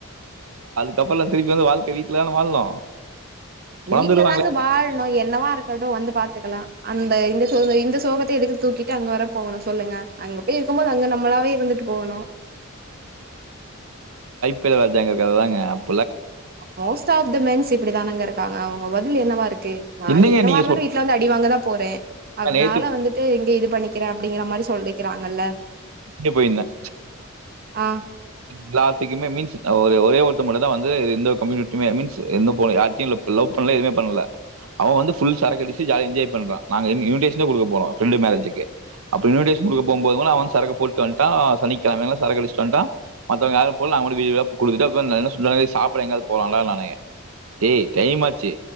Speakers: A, on the right; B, on the right.
A: கப்பலல்லாம் திருப்பி வந்து வாழ்க்க வீட்லதான வாழணும்
B: வீட்ல
A: பொழந்துருவாங்களே
B: தாங்க வாழணும் எல்ல நவா இரு றது வந்து பாத்துக்கலாம் அந்த இந்த சோ இந்த சோகத்தை எதுக்கு தூக்கிட்டு அங்க வர போகணும் சொல்லுங்க அங்க போயி இருக்கும்போது அங்க நம்மளாவே இருந்துட்டு போகணும்
A: பிராஜாங்க கததாங்க அப்
B: மோஸ்ட் ஆஃப் த மென்ஸ் இப்படித்தானங்க இருக்காங்க அவுங் ஓ பதில் என்னவா இருக்கு நான்
A: என்னங்க
B: என்னவா
A: நீங்க
B: இருந்தாலும் வீட்ல வந்து அடி வாங்கதான் போறேன்
A: சொல்றீங்க
B: அதனால
A: நேத்து
B: வந்துட்டு இங்க இது பண்ணிக்கிறேன் அப்படிங்கிற மாரி சொல்லிக்கிறாங்க இல்ல
A: வெளிய போயிருந்தேன்.
B: ஆ
A: கிலாத்துக்குமே மீன்ஸ் நா ஒரே ஒரே ஒருத்த மட்டுதான் வந்து எந்த கம்யூனிட்டியுமே மீன்ஸ் எந்த போனு யார்ட்டையும் இல்ல லவ் பண்ணல எதுமே பண்ணல அவ வந்து ஃபுல் சரக்கடுச்சு ஜாலியா என்ஜாய் பண்றா நாங்க இன்விடேஷனே குடுக்க போரோ ஃபரண்டு மேரேஜ்கு அப்போ இன்விடேஷன் குடுக்க போகும்போதும் அவ சரக்க போட்டு வந்டான் ஆ சனிக்கிழமையு சரக்கடுச்சுட்டு வந்டா மத்தவங்க யாரு போல நாங்க மட்டு வீடு வீடா குடுத்துட்டு அப்றோ என்ன சொன்னே சாப்ட எங்காச் போல நல்லா நினைன் ஏ டைம் ஆச் சி